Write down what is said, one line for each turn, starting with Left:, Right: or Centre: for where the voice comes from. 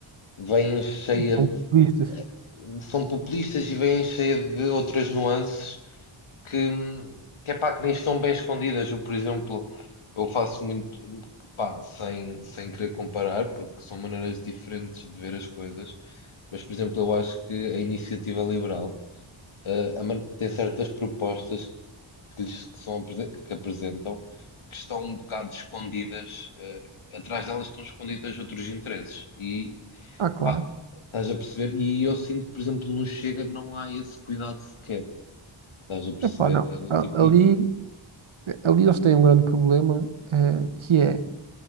Left: vem cheia
Right: são
Left: de,
Right: populistas.
Left: são populistas e vêm cheia de outras nuances que, que é pá, que nem estão bem escondidas. Eu, por exemplo, eu faço muito, pá, sem, sem querer comparar, porque são maneiras diferentes de ver as coisas, mas, por exemplo, eu acho que a iniciativa liberal, eh, a man- tem certas propostas que lhes são apresen- que apresentam que estão um bocado escondidas, eh, atrás delas estão escondidas outros interesses. E,
Right: Ah, claro.
Left: Pá, estás a perceber? E aí eu sinto que, por exemplo, no Chega não há esse cuidado sequer. Estás a perceber?
Right: Epá, não.
Left: É do
Right: A-
Left: tipo. e-
Right: Ali, ali eles têm um grande problema, eh, que é,